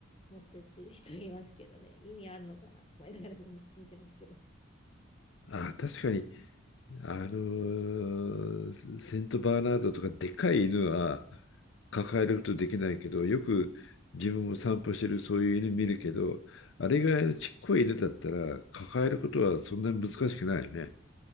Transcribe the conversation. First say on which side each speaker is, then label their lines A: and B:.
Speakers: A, on the left; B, on the left.
A: 持ってってる人いますけどね、意味あんのかなと思いながら見見てますけど。
B: あ、確かに、あのーセントバーナードとかでかい犬は抱えることできないけど、よく自分も散歩してるそういう犬見るけど、あれぐらいのちっこい犬だったら抱えることはそんなに難しくないよね。